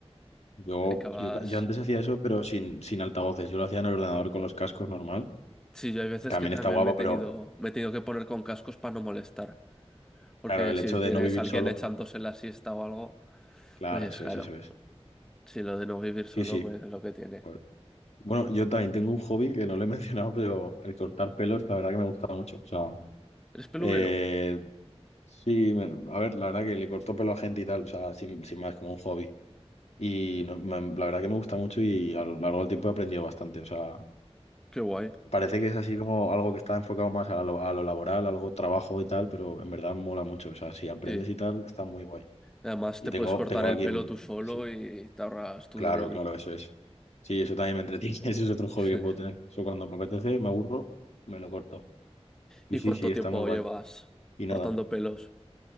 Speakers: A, on the left; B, in the centre.
A: Yo,
B: Acabas.
A: yo, ta- yo antes hacía eso, pero sin, sin altavoces. Yo lo hacía en el ordenador con los cascos normal.
B: Sí, yo hay veces
A: Y también
B: que también
A: está guapo,
B: me he tenido,
A: pero
B: me he tenido que poner con cascos para no molestar. Porque
A: claro, el
B: si
A: hecho de
B: tienes
A: no vivir
B: a alguien
A: solo,
B: echándose la siesta o algo,
A: claro,
B: pues
A: eso
B: claro.
A: es, eso es.
B: Si lo de no vivir solo,
A: Sí, sí.
B: pues es lo que tiene.
A: Pues, bueno, yo también tengo un hobby que no lo he <laughs> mencionado, pero el cortar pelos, la verdad que me gusta mucho. O sea,
B: ¿Eres peluquero?
A: eh, Sí, me- a ver, la verdad que le corto pelo a gente y tal, o sea, sin, sin más, como un hobby. Y no- me- la verdad que me gusta mucho y a lo largo del tiempo he aprendido bastante. O sea,
B: Qué guay.
A: parece que es así como algo que está enfocado más a lo, a lo laboral, algo trabajo y tal, pero en verdad mola mucho. O sea, si aprendes
B: Sí.
A: y tal, está muy guay.
B: Además,
A: Y
B: te
A: tengo,
B: puedes cortar
A: tengo
B: el
A: aquí
B: pelo
A: en...
B: tú solo
A: Sí,
B: y te ahorras tu
A: claro,
B: dinero.
A: claro, eso es. Sí, eso también me entretiene. <laughs> Ese es otro hobby
B: <laughs>
A: que puedo tener. Eso cuando me apetece, me aburro, me lo corto. Y
B: ¿Y
A: sí,
B: cuánto
A: sí, está
B: tiempo
A: muy guay.
B: llevas
A: Y
B: cortando
A: nada.
B: pelos?